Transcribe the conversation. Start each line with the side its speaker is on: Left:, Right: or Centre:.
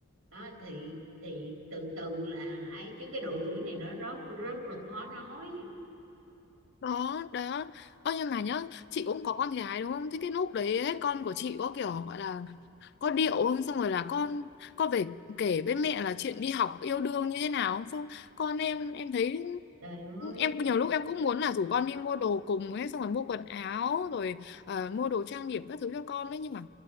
Right: đó thì thì từ từ là ấy chứ cái độ tuổi này nó rất rất là khó nói
Left: đó đó ơ nhưng mà nhớ chị cũng có con gái đúng không thế cái lúc đấy ấy, con của chị có kiểu gọi là có điệu không xong rồi là con con về kể với mẹ là chuyện đi học yêu đương như thế nào không xong con em em thấy
Right: trời ơi
Left: em nhiều lúc em cũng muốn là rủ con đi mua đồ cùng ấy xong rồi mua quần áo rồi ờ, mua đồ trang điểm các thứ cho con đấy nhưng mà